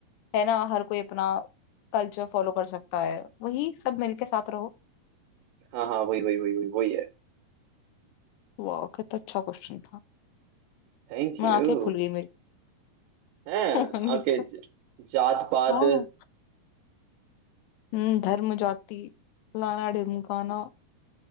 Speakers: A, on the left; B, on the right.
A: है ना हर कोई अपना कल्चर फॉलो कर सकता है वही सब मिलके साथ रहो
B: हाँ हाँ वही वही वही वही वही है
A: वाह कितना अच्छा क्वेश्चन था
B: Thank
A: मैं
B: you
A: आंखें खुल गई मेरी
B: हाँ
A: <laughs> मन में
B: ओके
A: तो
B: जात पात
A: हाँ हम्म, धर्म जाति लाना ढिमकाना